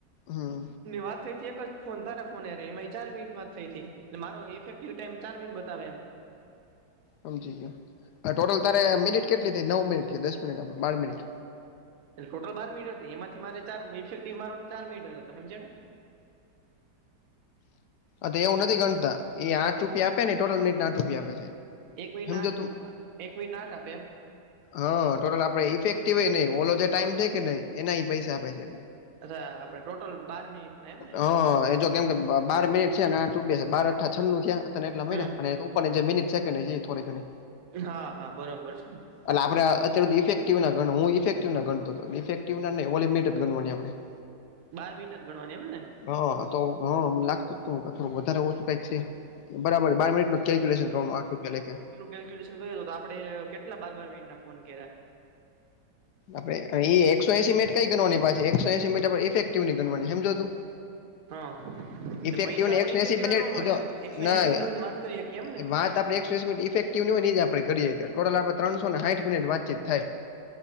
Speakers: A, on the left; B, on the right.
A: હમ
B: વાત થઈ હતી. એક જ ફોન તારા ફોન હારે. એમાંય ચાર મિનિટ વાત થઈ હતી, મારો ઇફેક્ટિવ ટાઈમ ચાર મિનટ બતાવે એમ.
A: સમજી ગયો, ટોટલ તારે મિનિટ કેટલી થઈ? નવ મિનિટ કે દસ મિનિટ કે બાર મિનિટ.
B: એ ટોટલ બાર મીનીટ હતી. એમાંથી મારે ચાર મીનીટ ઇફેક્ટીવ મારો ચાર મિનિટ જ હતો સમજાયું.
A: એ એવું નથી ગણતા એ આઠ રૂપિયા આપે ને ટોટલ મિનિટ ના આઠ રૂપિયા આપે છે.
B: એક મહિના
A: સમજો
B: આઠ,
A: તું
B: એક મિનીટ આઠ આપે એમ,
A: હા ટોટલ આપડે ઇફેક્ટિવ ય નહીં ઓલો જે ટાઈમ થાય કે નહીં એના એ પૈસા આપે છે.
B: અચ્છા આપડે ટોટલ બાર મિનિટના એમ ને,
A: હા એ જો કેમ કે બાર મિનિટ છે અને આઠ રૂપિયા, બાર અઠા છન્નું થયા તને એટલા મળ્યા
B: હમ
A: અને પણ જે મિનિટ સે કે નહીં એય થોડી ઘણી,
B: હા હા બરોબર છે.
A: એટલે આપણે અત્યાર હુધી ઇફક્ટિવ ના ગણું હું ઇફે્ટિવ ના ગણતો હતો. ઇફેક્ટિવ ના નઇ ઓલી મિનિટ જ ગણવાની આપણે. <inaudible>
B: બાર મિનટ જ ગણવાની એમ ને,
A: હા તો હ લાગતું જ તું થોડું વધારે ઓછું કંઈક છે, બરાબર બાર મિનિટ નુ, કેલ્કુલેશન કરું આઠ રૂપિયા લે કે,
B: કેલ્કુલેશન કર તો આપણે કેટલા બાર બાર મિનિટ ના ફોન કર્યા.
A: આપડે ઈ એકસો એસી મિટ કઈ ગણવાની પાછી એકસો એસી મિનિટ આપડે ઈફેક્ટિવ ની ગણવાની સમજો તું,
B: હા એટલે
A: ઇફેક્ટિવને
B: પૈસા આપડે
A: એકસો
B: ઇફેક્ટિવના
A: એસી મિનિટ
B: નો મળે
A: જો
B: એમ, એકસો
A: ના
B: એંસી મિનિટ આપણે વાત કરી શકીએ એમ ને,
A: વાત આપણે એકસો એંસી મિનિટ ઈફેક્ટિવ ની હોય, ઈ જ આપણે કરીએ ટોટલ આપણે ત્રણ સોને સાઠ મિનિટ વાતચીત થાય.